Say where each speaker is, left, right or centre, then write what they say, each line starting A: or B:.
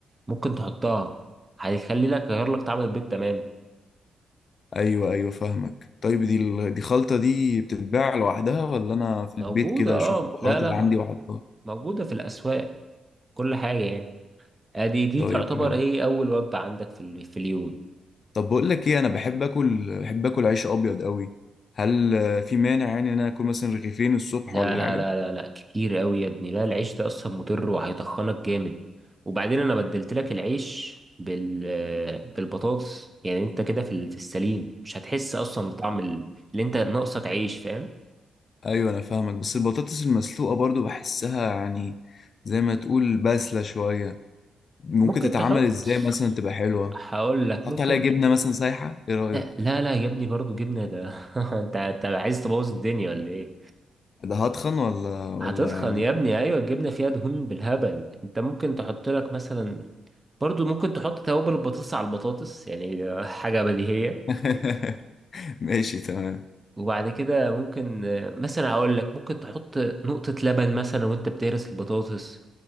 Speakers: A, on the right; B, on the left.
A: ممكن تحطها هيخلي لك يغير لك طعم البيض تماما
B: ايوه ايوه فاهمك طيب دي ال- دي خلطة دي بتتباع لوحدها ولا انا في
A: موجودة
B: البيت كده
A: اه
B: اشوف البهارات
A: لا لا
B: اللي
A: م-
B: عندي واحطها
A: موجودة في الأسواق كل حاجة يعني ادي دي
B: طيب
A: تعتبر
B: حلو
A: ايه اول وجبة عندك في ال- في اليوم
B: طب بقول لك ايه انا بحب اكل بحب اكل عيش ابيض قوي هل آه، في مانع يعني ان انا اكل مثلا رغيفين الصبح
A: لا
B: ولا
A: لا
B: حاجة
A: لا لا لا كتير قوي يا ابني لا العيش ده اصلا مضر وهيطخنك جامد وبعدين انا بدلت لك العيش بال بالبطاطس يعني انت كده في ال- في السليم مش هتحس اصلا بطعم ال- اللي انت ناقصك عيش فاهم
B: ايوه انا فاهمك بس البطاطس المسلوقة برضو بحسها يعني زي ما تقول باسلة شوية ممكن
A: ممكن
B: تتعمل
A: تحط
B: ازاي مثلا تبقى حلوة
A: هقول لك
B: حط
A: ممكن
B: عليها جبنة مثلا سايحة ايه رأيك
A: لا لا لا يا ابني برضو جبنة ده <laughs> انت انت عايز تبوظ الدنيا ولا ايه
B: ده هتخن ولا ولا
A: هتتخن
B: يعني
A: يا ابني ايوه الجبنه فيها دهون بالهبل انت ممكن تحط لك مثلا برضو ممكن تحط توابل البطاطس على البطاطس يعني <laughs> آه، حاجه بديهيه
B: <laughs> ماشي تمام
A: وبعد كده ممكن آه، مثلا هقول لك ممكن تحط نقطه لبن مثلا وانت بتهرس البطاطس